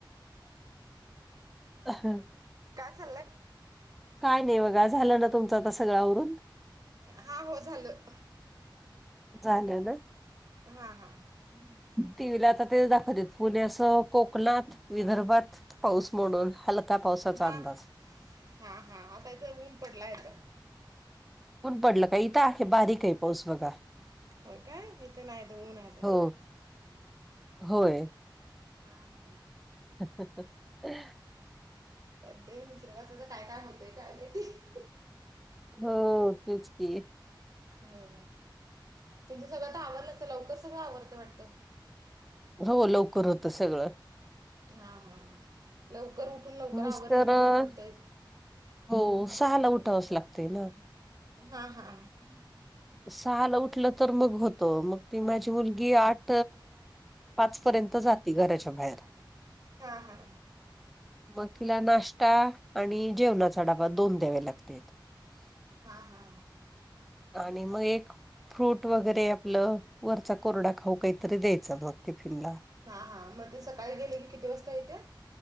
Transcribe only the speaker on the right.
काय चाललंय?
हा हो झालं.
हा हा
हा
हा हा आता इथं ऊन पडला आहेेत.
होय काय इथ नायत ऊन आहे.
हा हा.
कध निसर्गाचं तर काय काय होतंय काय माहिती?
हो तुमचं सगळं तर आवरल लवकर सगळ आवरत वाटतं.
हा हा लवकर उठून लवकर
आवरलं की
बरं पडतंय
हा हा
हा हा
हा हा
हा हा मध्ये सकाळी गेले की किती वाजता येते